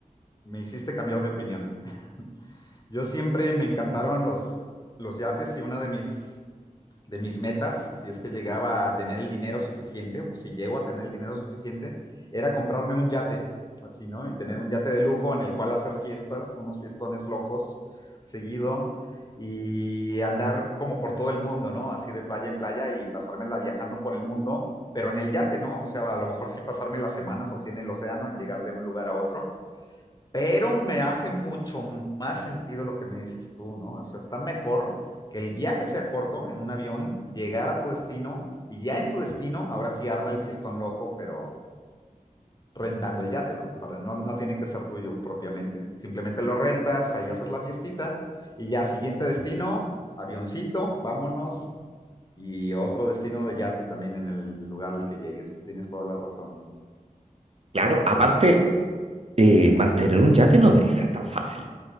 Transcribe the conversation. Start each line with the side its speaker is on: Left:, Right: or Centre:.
Left: me hiciste cambiar de opinión. <laughs> Yo siempre me encantaron los, los yates y una de mis de mis metas, si es que llegaba a tener el dinero suficiente, o si llego a tener el dinero suficiente, era comprarme un yate, así, ¿no? Y tener un yate de lujo en el cual hacer fiestas, unos fiestones locos, seguido, y andar como por todo el mundo, ¿no? Así de playa en playa y pasármela viajando por el mundo, pero en el yate, ¿no? O sea, a lo mejor sí pasarme las semanas así en el océano, en llegar de un lugar a otro, pero me hace mucho más sentido lo que me dices tú, ¿no? O sea, está mejor que el viaje sea corto en un avión, llegar a tu destino y ya en tu destino, ahora sí arma el fiestón loco, pero rentando el yate, ¿no? Para, no, no tiene que ser tuyo propiamente. Simplemente lo rentas, ahí haces la fiestita y ya siguiente destino, avioncito, vámonos y otro destino de yate también en el lugar al que llegues. Tienes toda la razón.
Right: Claro, aparte, eh, mantener un yate no debe ser tan fácil.